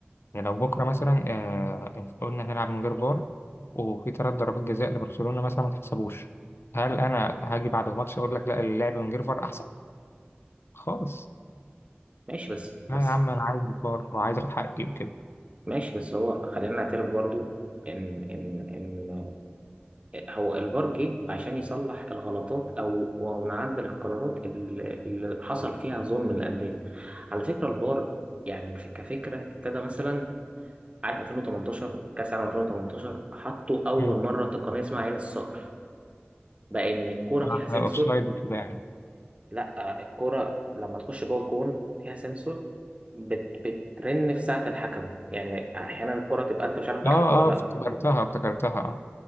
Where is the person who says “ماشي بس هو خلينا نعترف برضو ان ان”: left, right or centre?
Right